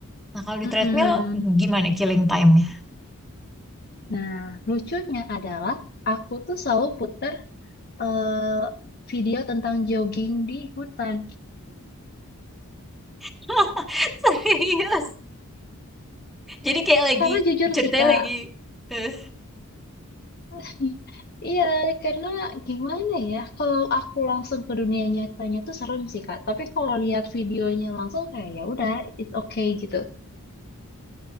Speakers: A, in the centre; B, on the left (about 45°).
A: Nah, kalau di
B: Mm-mm.
A: treadmill gimana killing time-nya?
B: Nah, lucunya adalah aku tuh selalu puter eh, video tentang jogging di hutan.
A: <laughs> Serius. Jadi kayak lagi
B: Karena jujur
A: ceritanya
B: sih Kak,
A: lagi eh,
B: <laughs> iya karena gimana ya, kalau aku langsung ke dunia nyatanya tuh serem sih Kak. Tapi kalau lihat videonya langsung kayak ya udah, it's okay gitu.